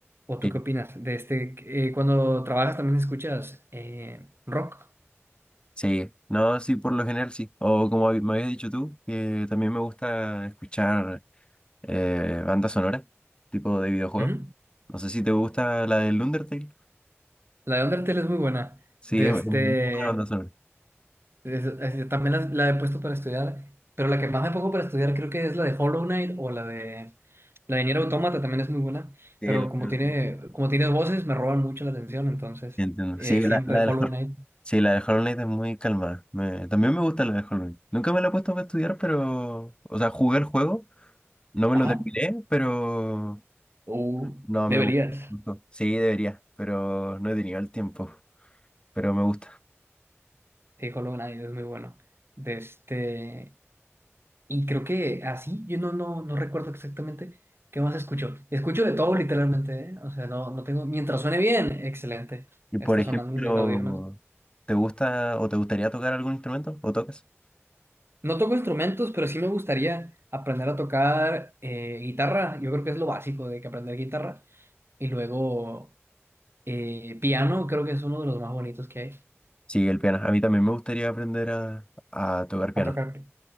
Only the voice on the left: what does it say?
Sí,
sí. No, sí, por lo general sí. O como hab- me habías dicho tú, que también me gusta escuchar. eh, banda sonora, tipo de videojuego.
No sé si te gusta la del Undertale.
Sí,
es
muy buena banda sonora.
Sí,
el-
sí,
entiendo.
Sí, la,
la del,
sí, la del Hollow Knight es muy calmada. Me- también me gusta la del Hollow Knight. Nunca me la he puesto para estudiar, pero. O sea, jugué el juego, no me
lo terminé, pero.
No,
me gu- gustó. Sí, debería, pero no he tenido el tiempo. Pero me gusta.
Y por
ejemplo,
¿te gusta o te gustaría tocar algún instrumento? ¿O tocas?
Sí, el piano. A mí también me gustaría aprender a, a tocar piano.